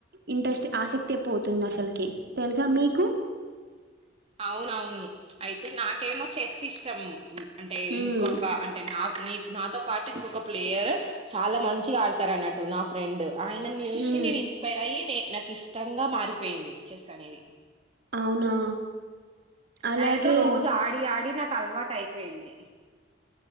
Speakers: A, on the right; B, on the right.
A: ఇంట్రెస్ట్ ఆసక్తే పోతుంది అసలకి తెలుసా మీకు
B: అవునవును అయితే నాకేమో చెస్ ఇష్టం అంటే ఇంకొక
A: మ్మ్
B: అంటే నా నీ నాతో పాటు ఇంకొక ప్లేయర్ చాలా మంచిగా ఆడతారు అన్నట్టు నా ఫ్రెండ్. ఆయన చూసి
A: మ్మ్
B: ఇన్స్పైర్ అయ్యి నే నాకు ఇష్టంగా మారిపోయింది చెస్ అనేది.
A: అవునా అలాగే
B: ఆయనతో రోజు ఆడి ఆడి నాకు అలవాటు అయిపోయింది.